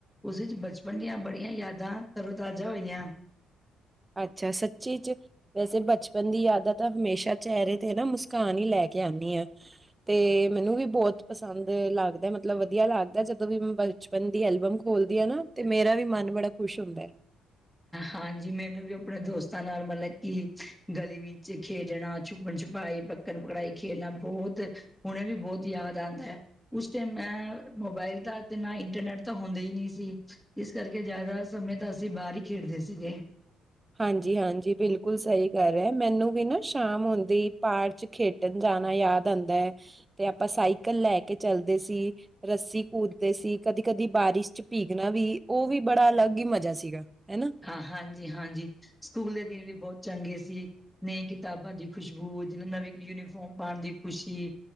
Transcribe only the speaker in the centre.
ਉਸ ਵਿੱਚ ਬਚਪਨ ਦੀਆਂ ਬੜੀਆਂ ਯਾਦਾਂ ਤਰੋਤਾਜ਼ਾ ਹੋਈਆਂ
ਹਾਂਜੀ ਮੈਨੂੰ ਵੀ ਆਪਣੇ ਦੋਸਤਾਂ ਨਾਲ ਮਤਲਬ ਕਿ ਗਲੀ ਵਿੱਚ ਖੇਡਣਾ ਛੁਪਣ ਛੁਪਾਈ ਪ ਪਕੜਨ ਪਕੜਾਈ ਖੇਲਣਾ ਬਹੁਤ ਹੁਣੇ ਵੀ ਬਹੁਤ ਯਾਦ ਆਉਂਦਾ ਹੈ ਉਸ ਟਾਈਮ ਏਂ ਮੋਬਾਇਲ ਤਾਂ ਤੇ ਨਾ ਇੰਟਰਨੈਟ ਤਾਂ ਹੁੰਦਾ ਹੀ ਨਹੀਂ ਸੀ। ਇਸ ਕਰਕੇ ਜ਼ਿਆਦਾ ਸਮੇਂ ਤਾਂ ਅਸੀਂ ਬਾਹਰ ਹੀ ਖੇਡਦੇ ਸੀਗੇ
ਹਾਂ ਹਾਂਜੀ ਹਾਂਜੀ ਸਕੂਲ ਦੇ ਦਿਨ ਵੀ ਬਹੁਤ ਚੰਗੇ ਸੀ ਨਈ ਕਿਤਾਬਾਂ ਦੀ ਖੁਸ਼ਬੂ ਜਿਨੂੰ ਨਵੀ ਯੂਨੀਫਾਰਮ ਪਾਉਣ ਦੀ ਖੁਸ਼ੀ